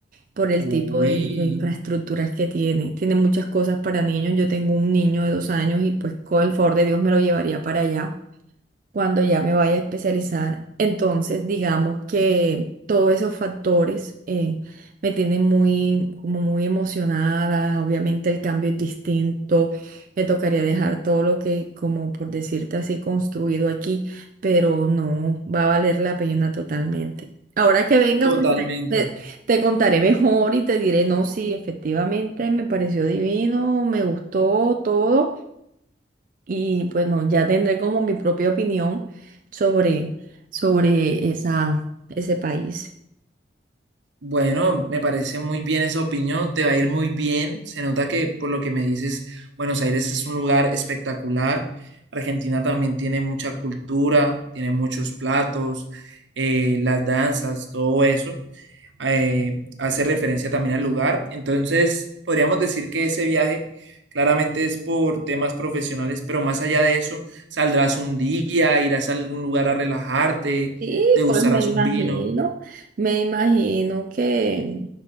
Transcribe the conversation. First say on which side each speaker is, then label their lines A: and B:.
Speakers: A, on the right; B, on the right.
A: por el
B: Uy,
A: tipo de, de infraestructuras que tiene. Tiene muchas cosas para niños, yo tengo un niño de dos años y pues con el favor de Dios me lo llevaría para allá cuando ya me vaya a especializar. Entonces, digamos que todos esos factores eh, me tienen muy, como muy emocionada. Obviamente el cambio es distinto. Me tocaría dejar todo lo que, como por decirte así, construido aquí, pero no va a valer la pena totalmente. Ahora que venga,
B: totalmente.
A: pues te, te- te contaré mejor y te diré, no, sí, efectivamente me pareció divino, me gustó todo. Y bueno, ya tendré como mi propia opinión sobre, sobre esa, ese país.
B: Bueno, me parece muy bien esa opinión, te va a ir muy bien. Se nota que por lo que me dices, Buenos Aires es un lugar espectacular. Argentina también tiene mucha cultura, tiene muchos platos, eh, las danzas, todo eso. eh, hace referencia también al lugar. Entonces, podríamos decir que ese viaje claramente es por temas profesionales, pero más allá de eso, saldrás un día, irás a algún lugar a relajarte,
A: Y
B: degustarás
A: pues me imagino,
B: un vino.
A: me imagino que,